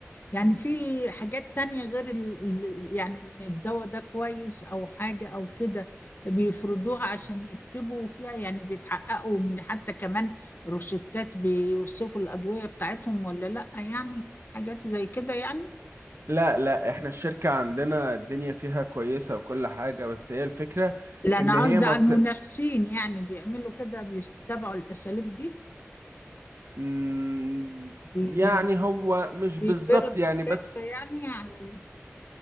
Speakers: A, on the left; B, on the right.
A: يعني في حاجات تانية غير ال... ال- يعني ان الدواء ده كويس او حاجة او كده بيفرضوها عشان يكتبوا فيها يعني بيتحققوا من حتى كمان روشتات بيوصفوا الأدوية بتاعتهم ولا لأ يعني حاجات زي كده يعني
B: لا لا احنا الشركة عندنا الدنيا فيها كويسة وكل حاجة بس هي الفكرة
A: لا انا
B: إن هي
A: قصدي
B: ما
A: على
B: بت...
A: المنافسين يعني بيعملوا كده بيتبعوا الأساليب دي
B: مم،
A: بي...
B: يعني
A: بي...
B: هو مش بالظبط
A: بيجبروا الدكاترة
B: يعني بس
A: يعني على ال...